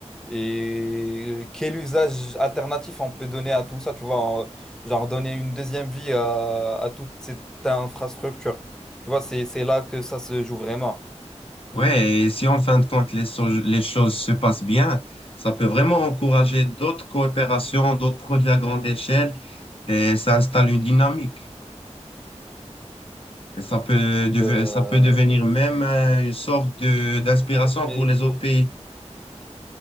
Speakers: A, in the centre; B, on the left (about 50°).
A: et quel usage alternatif on peut donner à tout ça, tu vois, en- genre donner une deuxième vie à, à toute cette infrastructure. Tu vois, c'est c'est là que ça se joue vraiment.
B: Ouais, et si en fin de compte les, so- les choses se passent bien, ça peut vraiment encourager d'autres coopérations, d'autres projets à grande échelle et ça installe une dynamique. Et ça peut,
A: Bah,
B: deve- ça peut devenir même euh, une sorte de d'inspiration
A: Oui, mais
B: pour les
A: faut-
B: autres pays.